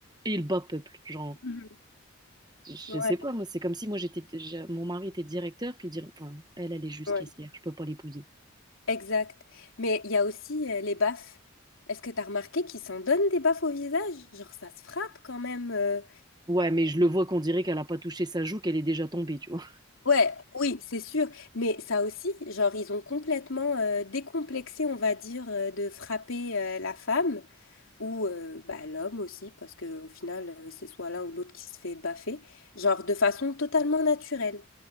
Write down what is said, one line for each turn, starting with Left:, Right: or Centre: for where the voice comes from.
Right: et le bas peuple. Genre,
Left: Mhm.
Right: je
Left: Ouais,
Right: sais pas, moi, c'est comme si moi, j'étais, j'ai- mon mari était directeur, puis dire, enfin, elle, elle est juste
Left: ouais.
Right: caissière, je peux pas l'épouser.
Left: Exact. Mais il y a aussi euh, les baffes. Est-ce que tu as remarqué qu'ils s'en donnent des baffes au visage? Genre, ça se frappe quand même. euh,
Right: Ouais, mais je le vois qu'on dirait qu'elle a pas touché sa joue, qu'elle est déjà tombée, tu vois.
Left: Ouais, oui, c'est sûr. Mais ça aussi, genre, ils ont complètement euh, décomplexé, on va dire, euh, de frapper euh, la femme ou euh, bah, l'homme aussi, parce que au final, euh, c'est soit l'un ou l'autre qui se fait baffer, genre de façon totalement naturelle.